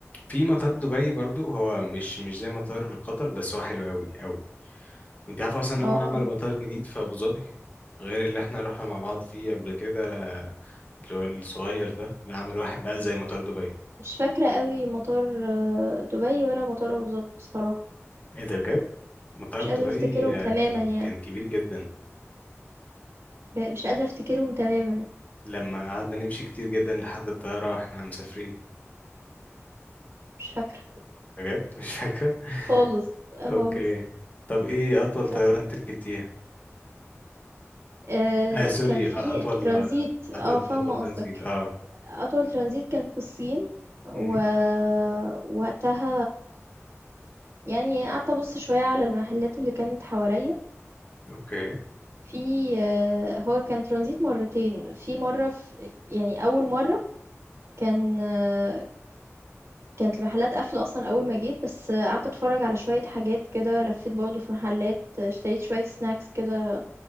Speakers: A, on the left; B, on the right.
A: في مطار دبي برضو هو مش مش زي مطار قطر بس هو حلو قوي قوي وانت عارف اصلا ان
B: اه
A: هم عملوا مطار جديد في ابو ظبي غير اللي احنا رحنا مع بعض فيه قبل كده اللي هو الصغير ده لا عملوا واحد بقى زي مطار دبي
B: مش فاكرة قوي مطار آه، دبي ولا مطار ابو ظبي بصراحة
A: ايه ده بجد مطار
B: مش
A: دبي
B: قادرة افتكرهم
A: آه،
B: تماما
A: كان
B: يعني
A: كان كبير جدا
B: ب- مش قادرة افتكرهم تماما
A: لما قعدنا نمشي كتير جدا لحد الطيارة واحنا مسافرين
B: مش فاكرة
A: بجد مش فاكرة <laughs>
B: خالص، خالص،
A: اوكي طب ايه اطول
B: بس
A: طيارة انت ركبتيها
B: آآ
A: اه سوري
B: كان في
A: آه، اطول
B: ترانزيت آه،
A: اطول,
B: فاهمة
A: أطول
B: قصدك،
A: ترانزيت اه
B: أطول ترانزيت كان في الصين
A: امم
B: و وقتها يعني قعدت أبُص شوية على المحلات اللي كانت حواليّا،
A: اوكي
B: في آه، هو كان ترانزيت مرّتين، في مرّة ف يعني أول مرّة كان آه، كانت المحلات قافلة أصلًا أول ما جيت، بس آه، قعدت أتفرّج على شوية حاجات كده، لفّيت برضه في محلات، آه، اشتريت شوية snacks كده